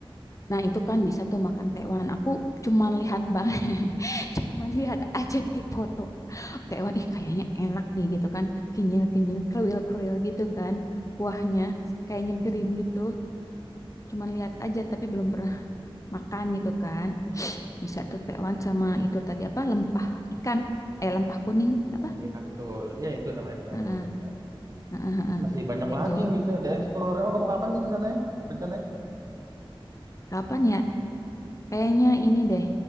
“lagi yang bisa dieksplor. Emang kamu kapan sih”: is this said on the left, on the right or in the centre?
Right